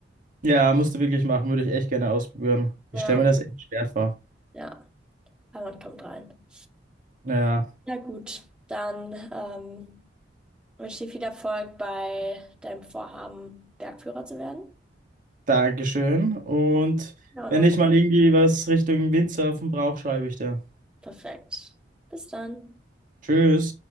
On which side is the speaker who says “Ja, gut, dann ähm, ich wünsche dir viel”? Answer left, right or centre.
Centre